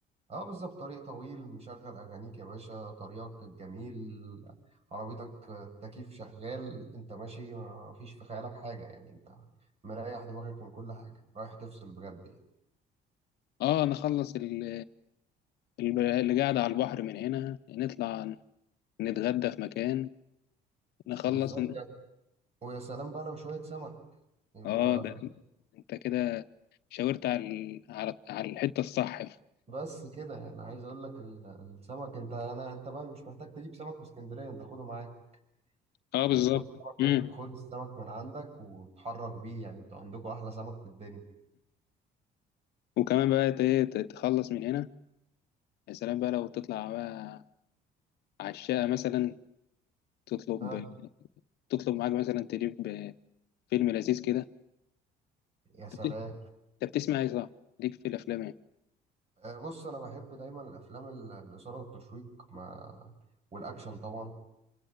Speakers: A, on the right (about 40°); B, on the left (about 75°).
A: اه بالظبط طريق طويل مشغل اغانيك يا باشا طريقك الجميل عربيتك التكييف شغال انت ماشي ما فيش في خيالك حاجه يعني انت مريح دماغك من كل حاجه رايح تفصل بجد يعني
B: اه نخلص ال- ال- اللي قاعده على البحر من هنا نطلع نتغدى في مكان نخلص
A: بالظبط
B: ن-
A: يعني ويا سلام بقى لو شويه سمك يبقى
B: اه
A: ف-
B: ده انت كده شاورت على ال- على على الحته الصح
A: بس كده يعني عايز اقول لك ال- السمك انت انا انت بقى مش محتاج تجيب سمك من اسكندريه انت خده معاك
B: اه
A: يعني
B: بالظبط
A: خد السمك
B: مم.
A: من- خد السمك من عندك وتحرك بيه يعني انتوا عندكم احلى سمك في الدنيا
B: وكمان بقى ت- ت- تخلص من هنا يا سلام بقى لو تطلع بقى على الشقه مثلا تطلب
A: ها
B: تطلب معاك مثلا تجيب فيلم لذيذ كده
A: يا
B: انت
A: سلام
B: بت- أنت بتسمع ايه صح؟ ليك في الافلام يعني
A: آه، بص انا بحب دايما الافلام ال- الاثاره والتشويق ما والاكشن طبعا